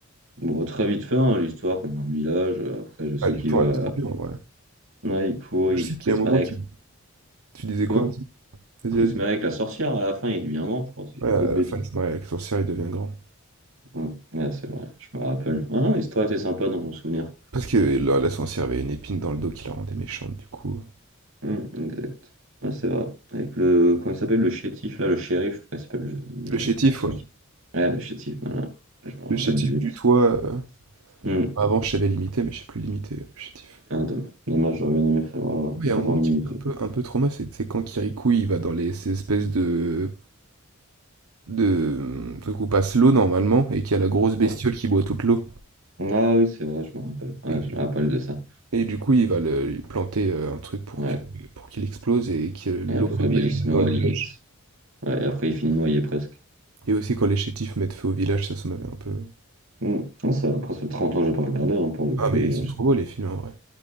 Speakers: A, on the right; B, on the right.
A: Bon, très vite fait, hein, l'histoire, comme dans le village. euh, Après, je sais
B: Ah, l'histoire,
A: qu'il va.
B: elle est trop bien en vrai. Moi,
A: Ouais, il court, il...
B: Je sais
A: après,
B: qu'il y
A: il
B: a un
A: se
B: moment
A: marie avec.
B: qui... Tu disais
A: Comment?
B: quoi? Vas-y, vas-y.
A: Il se
B: vas-y.
A: marie avec la sorcière à la fin, il devient grand, je crois, si je
B: Ouais,
A: dis
B: à
A: pas de bêtises.
B: la fin, il se marie avec la sorcière, il devient grand.
A: Hum, Ouais, c'est vrai, je me rappelle. Ah non, l'histoire était sympa dans mon souvenir.
B: Parce que là, la sorcière avait une épine dans le dos qui la rendait méchante, du coup.
A: Hum, exact. Ouais, c'est vrai. Avec le. Comment il s'appelle le chétif, là, le shérif, je crois qu'il s'appelle le...
B: Le
A: Avec
B: chétif,
A: le personnage.
B: ouais.
A: Ouais, le chétif, voilà. Je me rappelle
B: Le chétif
A: de lui.
B: du toit. euh,
A: Hum,
B: Avant, je savais limiter, mais je sais plus limiter chez Tiff.
A: Ah, domm- dommage, j'aurais bien aimé savoir.
B: Il y
A: T'entends
B: a un moment
A: limiter.
B: qui m'a un peu, un peu trauma, c'est c'est quand Kirikou il va dans les, ces espèces de, de euh, trucs où passe l'eau normalement et qu'il y a la grosse bestiole
A: Hum.
B: qui boit toute l'eau.
A: Ah oui, c'est vrai, je me rappelle. Ouais,
B: Et,
A: je me rappelle de ça.
B: et du coup, il va le, lui planter euh, un truc pour
A: Ouais.
B: que, pour qu'il explose et que l'eau
A: Et après,
B: revienne
A: bah, il se noie
B: dans le village.
A: limite. Ouais, et après, il finit noyé presque.
B: Et aussi quand les chétifs mettent feu au village, ça, ça m'avait un peu.
A: Hmm. Non, ça, après, ça fait 30 ans que j'ai pas regardé hein, pour le
B: Ah,
A: coup,
B: mais
A: mais
B: ils sont
A: je-
B: trop beaux les films en vrai.